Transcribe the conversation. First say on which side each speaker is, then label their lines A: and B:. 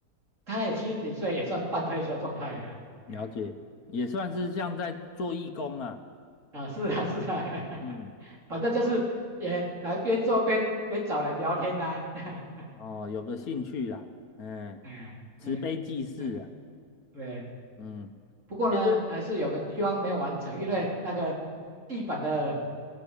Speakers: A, on the right; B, on the left.
A: 他也七十几岁，也算半退休状态了啦，
B: 了解，
A: 啊，
B: 也算是像在做义工啊，
A: 啊是啊是啊，<laughs>
B: 嗯。
A: 反正就是也来边做边边找人聊天啊，<laughs>
B: 哦，有个兴趣啦，哎，
A: 嗯嗯
B: 慈悲济世啊，
A: 嗯，对。
B: 嗯，
A: 不过呢，
B: 其实，
A: 还是有个地方没有完成，因为那个地板的